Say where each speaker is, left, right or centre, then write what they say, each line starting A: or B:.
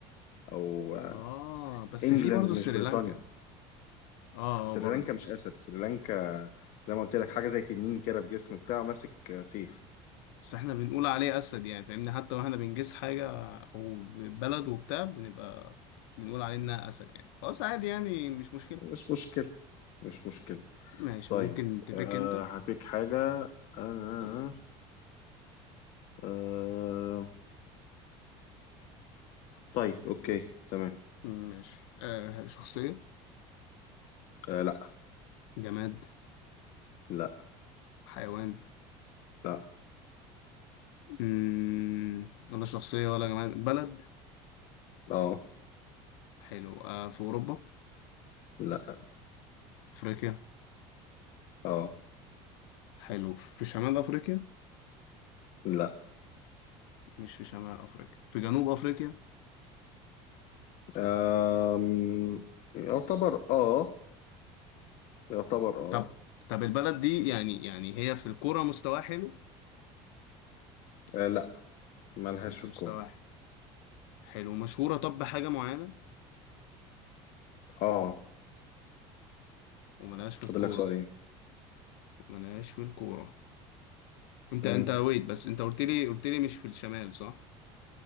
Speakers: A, on the left; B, on the left.
A: او آه،
B: آه بس
A: انجلاند
B: في برضه سريلانكا
A: مش بريطانيا
B: آه
A: سريلانكا
B: آه، برضه
A: مش اسد سريلانكا زي ما قلت لك حاجه زي تنين كده في جسم بتاعه ماسك آه، سيف
B: بس احنا بنقول عليه اسد يعني فاهمني حتى واحنا بنجس حاجه او بلد وبتاع بنبقى بنقول عليه انها اسد يعني خلاص عادي يعني مش مشكله
A: مش مشكله مش مشكله
B: ماشي
A: طيب
B: ممكن تبيك
A: أه
B: انت
A: هبيك حاجه أه أه
B: تمام
A: أه طيب اوكي تمام
B: ماشي آه شخصيه
A: آه لا
B: جماد
A: لا
B: حيوان
A: لا
B: مم. ولا شخصيه ولا جماد بلد
A: اه
B: حلو آه في اوروبا
A: لا
B: افريقيا
A: اه
B: حلو في شمال افريقيا
A: لا
B: مش في شمال افريقيا في جنوب افريقيا
A: آم، يعتبر اه يعتبر اه
B: طب طب البلد دي يعني يعني هي في الكوره مستواها حلو
A: آه، لا مالهاش
B: مش
A: في
B: مستواها
A: الكورة
B: حلو حلو مشهورة طب بحاجة معينة
A: اه
B: وملهاش في
A: فاضل
B: الكورة
A: لك سؤالين
B: وملهاش في الكورة انت
A: مم.
B: انت ويت بس انت قلت لي قلت لي مش في الشمال صح